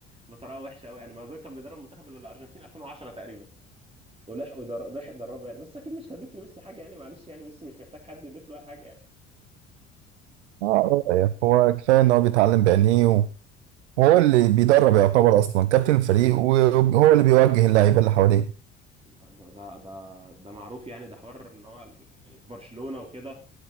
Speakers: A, on the right; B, on the right.
A: بطريقه وحشه قوي يعني مارادونا كان بيدرب منتخب الارجنتين 2010 تقريبا ولحقوا يدر... راح يدربه يعني بس اكيد مش هضيف لميسي حاجه يعني معلش يعني ميسي مش محتاج حد يضيف له اي حاجه يعني
B: اه يعني هو كفايه ان هو بيتعلم بعينيه وهو اللي بيدرب يعتبر اصلا كابتن الفريق وهو اللي بيوجه اللعيبه اللي حواليه
A: ده ده ده ده معروف يعني ده حوار ان هو يعني في برشلونة وكده